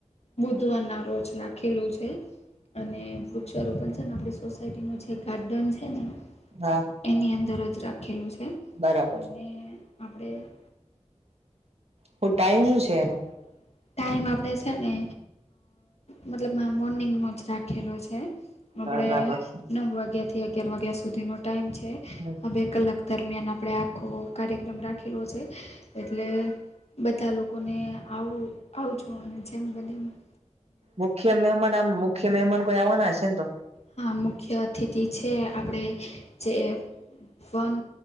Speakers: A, on the left (about 60°); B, on the right (about 55°).
A: બુધવારના રોજ રાખેલું છે. અને વૃક્ષારોપણ છે ને, આપડી સોસાયટી નું જે ગાર્ડન છે ને.
B: હા.
A: એની અંદર જ રાખેલું છે,
B: બરાબર
A: અને આપણે-
B: હું ટાઈમ
A: -
B: હું છે એનો
A: ટાઈમ આપણે છે ને, મતલબ, મોર્નિંગનો જ રાખેલો છે. આપણે
B: બરાબર
A: નવ વાગ્યા થી અગયાર વાગ્યા સુધીનો ટાઈમ છે,
B: હમ
A: આ બે કલાક દરમિયાન આપણે આખો કાર્યક્રમ રાખી રાખેલો છે, એટલે બધા લોકોને આવ આવજો અને- - અ થ બલમ- - <unintelligible>
B: મુખ્ય મહેમાન આમ, મુખ્ય મહેમાન કોઈ આવવાના હશે ને તો?
A: હા, મુખ્ય અતિથિ છે, આપણે જે વન